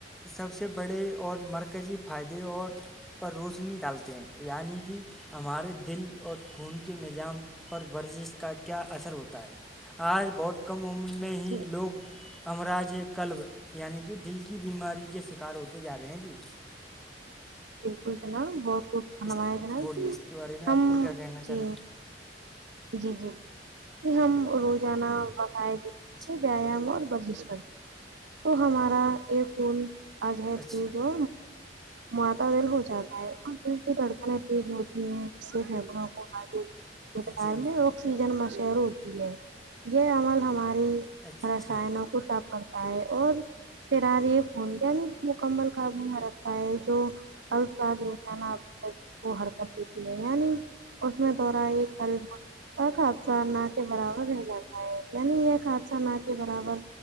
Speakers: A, in the centre; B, on the right.
A: سب سے بڑے اور مرکزی فائدے اور پر روشنی ڈالتے ہیں یعنی کہ ہمارے دل اور خون کے نظام پر ورزش کا کیا اثر ہوتا ہے آج بہت کم عمر میں ہی
B: جی
A: لوگ امراج کلب یعنی کہ دل کی بیماری کے شکار ہوتے جا رہے ہیں جی
B: بالکل جناب بہت خوب فنمیا
A: اس
B: جنا
A: بولیے
B: کہ
A: اس کے بارے میں
B: ہم
A: آپ کو کیا کہنا چاہیں
B: جی جی جی کہ ہم روزانہ باقاعد
A: جی
B: سے ویایام اور ورزش کرتے تو ہمارا یہ فون آج ہے
A: اچھا
B: جو مادا دل ہو جاتا ہے اور پل کی دھڑکنیں تیز ہوتی ہیں سےوں کو حارر مقدار
A: جی
B: میں آکسیجن مشور ہوتی ہے یہ عمل ہماری
A: اچھا
B: ہراشا
A: اچھا
B: ہے نوخوشاف کرتا ہے اور پھر آار یہ فون یعنی مکمل کاابو میں رکھتا ہے جو ال سات روانا اپنے ب کو ہرکت دیتی ہے یعنی اس میں دو رہا ایک البم ایک حادثہ نہ کے برابر رہ جاتا ہے یعنی یہ حادثہ نہ کے برابر